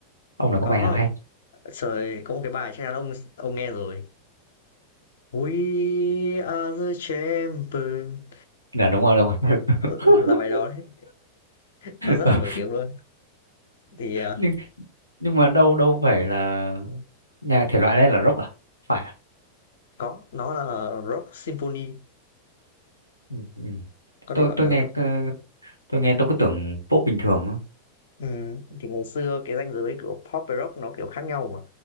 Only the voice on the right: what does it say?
ông này có
bài nào hay
là đúng rồi đúng rồi
<laughs>
Ờ,
nhưng nhưng mà đâu đâu phải là nhà thể loại này là rock à phải à?
Ừ, ừ.
tôi
tôi
nghe
ờ, tôi nghe tôi cứ tưởng pop bình thường á.